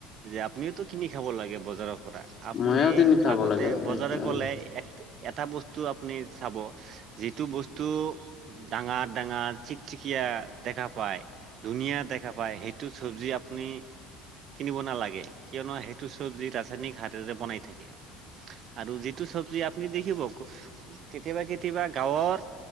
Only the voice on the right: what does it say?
যে আপুনিটো কিনি খাব লাগে বজাৰৰ পৰা, আপুনি
আগতে
বজাৰে
গ'লে এক এটা বস্তু আপুনি চাব যিটো বস্তু ডাঙাৰ ডাঙাৰ চিকচিকা দেখা পায়, ধুনীয়া দেখা পায়, সেইটো চবজি আপুনি কিনিব নালাগে। কিয়নো সেইটো চব্জি ৰাসায়নিক সাৰেৰে বনাই থাকে। আৰু যিটো চব্জি আপুনি দেখিব কেতিয়াবা কেতিয়াবা গাঁৱৰ